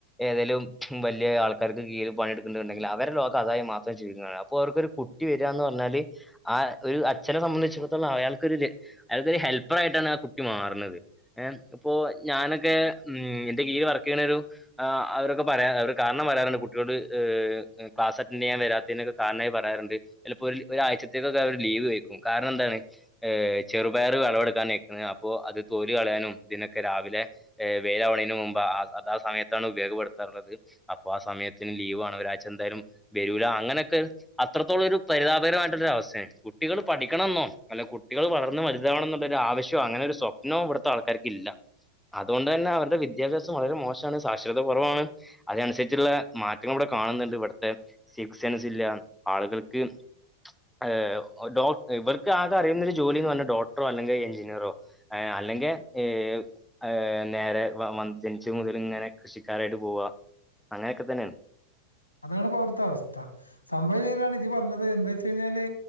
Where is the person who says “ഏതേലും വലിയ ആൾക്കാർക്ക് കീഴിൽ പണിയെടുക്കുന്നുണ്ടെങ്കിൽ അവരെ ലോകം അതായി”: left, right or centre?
Centre